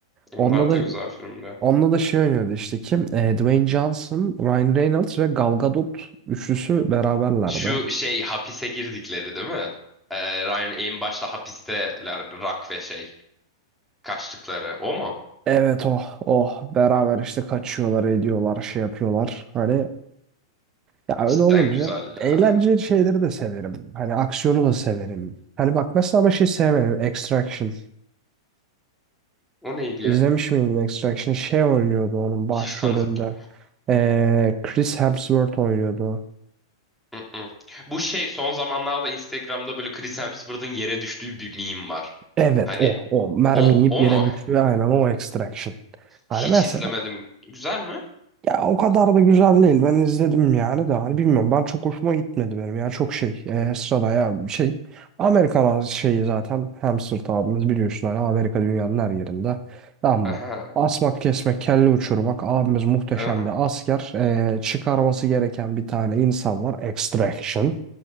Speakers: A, in the centre; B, on the right.
A: onlar
B: onunla
A: da güzel
B: da
A: filmler.
B: onunla da şey oynuyordu işte kim? E, Dwayne Johnson, Ryan Reynolds ve Gal Gadot üçlüsü beraberlerdi.
A: Şu şey hapise girdikleri değil mi? Ee, Ryan en başta hapisteler Rock ve şey kaçtıkları. O mu?
B: Evet oh oh beraber işte kaçıyorlar ediyorlar şey yapıyorlar hani ya öyle
A: Cidden
B: olunca
A: güzel ya.
B: eğlenceli şeyleri de severim hani aksiyonu da severim hani bak mesela ama şey sevmedim Extraction
A: O neydi ya?
B: izlemiş miydin Extraction şey oynuyordu onun başrolünde
A: Hiç tanıdık ya.
B: Ee, Chris Hemsworth oynuyordu
A: Mm-mm. Bu şey son zamanlarda Instagram'da böyle Chris Hemsworth'ın yere düştüğü bir meme var.
B: evet
A: Hani
B: o o mermi
A: o
B: yiyip
A: o
B: yere
A: mu?
B: düştü aynen o Extraction hani
A: Hiç
B: mesela
A: izlemedim. Güzel mi?
B: Ya o kadar da güzel değil. Ben izledim yani de hani bilmiyorum. Ben çok hoşuma gitmedi benim. Ya çok şey e, sırada ya bir şey. Amerikan şeyi zaten hamster abimiz biliyorsun hani Amerika dünyanın her yerinde. Ama
A: Aha,
B: asmak kesmek kelle uçurmak abimiz muhteşem
A: aha,
B: bir asker. E, çıkarması gereken bir tane insan var. Extraction.